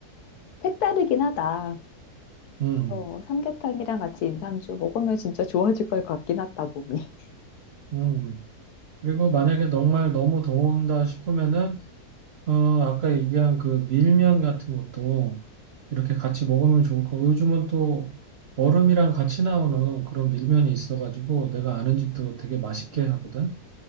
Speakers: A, on the left (about 75°); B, on the right (about 70°).
A: 색다르긴 하다.
B: 음,
A: 어, 삼계탕이랑 같이 인삼주 먹으면 진짜 좋아질 것 같긴 하다, 몸이.
B: 음. 그리고 만약에 정말 너무 더운다 싶으면은 어, 아까 얘기한 그 밀면 같은 것도 이렇게 같이 먹으면 좋을 거고 요즘은 또 얼음이랑 같이 나오는 그런 밀면이 있어가지고 내가 아는 집도 되게 맛있게 하거든.